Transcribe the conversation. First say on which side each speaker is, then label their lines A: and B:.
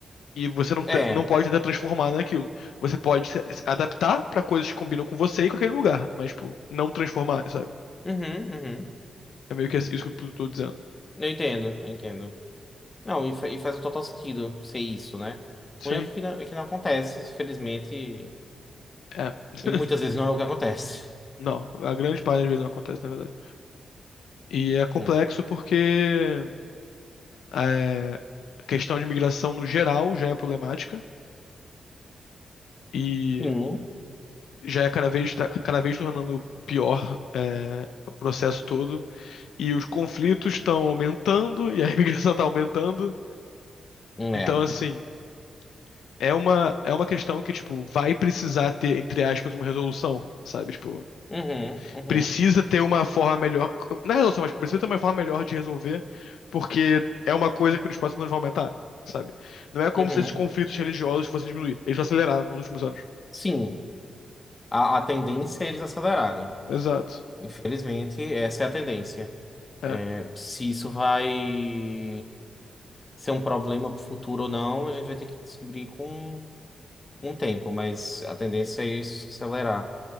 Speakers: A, on the left (about 80°); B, on the left (about 30°).
A: E você não, te-
B: É.
A: não pode tentar transformar naquilo. Você pode se se adaptar pra coisas que combinam com você e com aquele lugar, mas, tipo, não transformar, sabe?
B: Uhum, uhum.
A: É meio que isso que eu tô dizendo.
B: Eu entendo, eu entendo. Não, e, fa- e faz o total sentido ser isso, né?
A: Sim.
B: O único que não, é que não acontece, infelizmente,
A: É. <laughs>
B: e muitas vezes não é o que acontece.
A: Não, a grande parte das vezes não acontece, na verdade. E é complexo
B: Hum.
A: porque é, a questão de imigração no geral já é problemática. E
B: Sim,
A: já é cada vez, tá cada vez tornando pior é, o processo todo. E os conflitos estão aumentando e a <laughs> imigração está aumentando.
B: é.
A: Então, assim, é uma, é uma questão que, tipo, vai precisar ter, entre aspas, uma resolução, sabe? Tipo,
B: Uhum, uhum,
A: precisa ter uma forma melhor. Não é resolução, mas tipo, precisa ter uma forma melhor de resolver, porque é uma coisa que nos próximos anos vai aumentar. Sabe? Não é como
B: uhum.
A: se esses conflitos religiosos fossem diminuir. Eles aceleraram nos últimos anos.
B: Sim, a, a tendência é eles acelerarem.
A: Exato.
B: Infelizmente, essa é a tendência.
A: É,
B: Se isso vai ser um problema pro futuro ou não, a gente vai ter que descobrir com um tempo, mas a tendência é isso se acelerar.